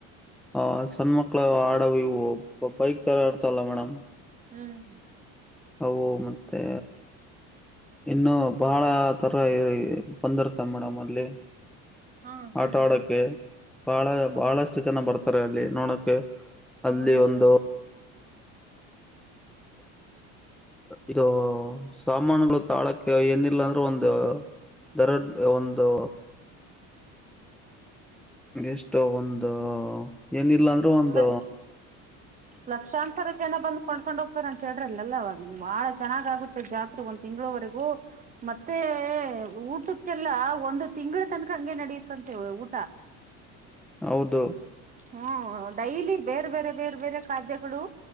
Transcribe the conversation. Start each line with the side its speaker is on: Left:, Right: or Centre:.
Centre: ಹ ಸಣ್ಣ ಮಕ್ಳ ಆಡವ್ ಇವು ಬೈಕ್ ತರಾ ಇರ್ತಾವಲ್ಲಾ ಮೇಡಮ್
Right: ಹ್ಮ್
Centre: ಅವು ಮತ್ತೆ ಇನ್ನು ಬಹಳ ತರ ಬಂದಿರ್ತಾವ್ ಮೇಡಮ್ ಅಲ್ಲಿ.
Right: ಹಾ ಹಾ
Centre: ಆಟ ಆಡಕ್ಕೆ
Right: ಹಾ
Centre: ಬಹಳ
Right: ಓ
Centre: ಬಹಳಷ್ಟು ಜನ ಬರ್ತಾರೆ ಅಲ್ಲಿ ನೋಡಕೆ.
Right: ಹ್ಮ್
Centre: ಅಲ್ಲಿ ಒಂದು ಇದು ಸಾಮಾನುಗಳು ತಾಳಕ್ಕೆ ಏನಿಲ್ಲ ಅಂದ್ರೆ ಒಂದ ದರಡ್ ಒಂದು ಇದು ಇಷ್ಟ್ ಒಂದ್ ಏನಿಲ್ಲ ಅಂದ್ರು ಒಂದ್
Right: ಅದೇ ಲಕ್ಷಾಂತರ ಜನ ಬಂದ್ ಕೊಂಡ್ಕೊಂಡ್ ಹೋಗ್ತಾರಂತೆ ಜಾತ್ರೆ ಎಲ್ಲ ಅವಗ್ ಬಾಳ ಚೆನ್ನಾಗಾಗುತ್ತೆ ಜಾತ್ರೆ ಒಂದ್ ತಿಂಗಳವರೆಗೂ ಮತ್ತೆ ಊಟಕ್ಕೆಲ್ಲ ಒಂದ್ ತಿಂಗಳ ತನಕ ಹಂಗೆ ನಡಿಯುತ್ತಂತೆ ಊಟ
Centre: ಹೌದು
Right: ಹ್ಮ್ ಡೈಲಿ ಬೇರೆ ಬೇರೆ ಬೇರೆ ಬೇರೆ ಖಾತ್ಯಗಳು